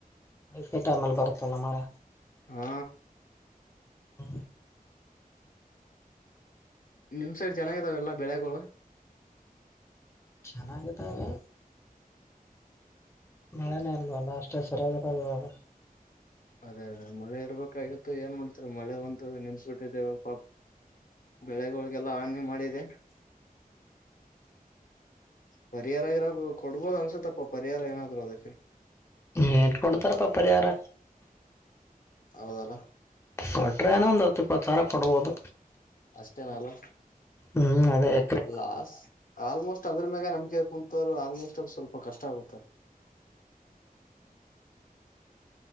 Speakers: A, on the left; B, on the left.
A: ಬೇಸಿಗೆ ಟೈಮಲ್ಲಿ ಬರುತ್ತಲ್ಲ ಮಳೆ
B: ಹಾ
A: ಹಾ
B: ನಿಮ್ ಸೈಡ್ ಚೆನ್ನಾಗಿದಾವೆಲ್ಲಾ ಬೆಳೆಗಳು
A: ಚಾಲಾಂಗತಾ ವೆ ಮಳೆನೇ ಇಲ್ವಲ್ಲ ಅಷ್ಟೇ ಸೊರಗಿದಂಗೆ ಆಗ್ಯಾವ
B: ಅದೇ ಅದೇ ಮಳೆ ಇರ್ಬೇಕಾಗಿತ್ತು ಏನ್ ಮಾಡ್ತರ ಮಳೆ ಒಂದು ನಿಲ್ಲಿಸಬಿಟ್ಟಿದೆ ಪಾ ಬೆಳೆಗುಳಿಗೆಲ್ಲ ಹಾನಿ ಮಾಡಿದೆ ಪರಿಹಾರಗಿರಗೂ ಕೊಡ್ಬೋದು ಅನ್ಸತ್ತಪ್ಪ ಪರಿಹಾರ ಏನಾದ್ರು ಅದಕ್ಕೆ
A: ಏಟ್ ಕೊಡ್ತಾರಪ್ಪಾ ಪರಿಹಾರ
B: ಹೌದಲ್ಲ
A: ಕೊಟ್ರೆ ಏನೊ ಒಂದು ಹತ್ತು ಇಪ್ಪತ್ತು ಸಾವಿರ ಕೊಡ್ಬೋದು
B: ಅಷ್ಟೇನಲ್ಲ
A: ಹ್ಮ್ ಅದೇ ಎಕರೆ
B: ಲಾಸ್ ಆಲ್ ಅದ್ರ ಮ್ಯಾಗ ನಂಬಿಕೆಂಡ್ ಕುಂತೂರು ಆಲ್ಮೋಸ್ಟ್ ಸ್ವಲ್ಪ ಕಷ್ಟ ಆಗುತ್ತೆ